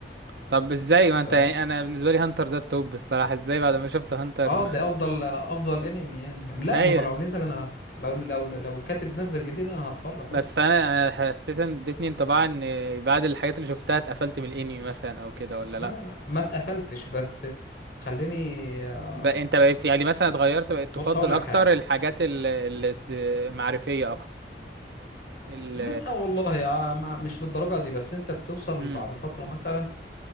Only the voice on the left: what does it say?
ف
اه
ده افضل افضل انمي يعني لا
ما هو لو نزل انا لو لو لو الكاتب نزل جديد انا هتفرج
اصلا
لا
لا ما اتقفلتش بس خليني آه،
بص
اقول لك
حاجه
من لا والله آه، ما- مش للدرجه دي بس انت بتوصل
بعد فتره مثلا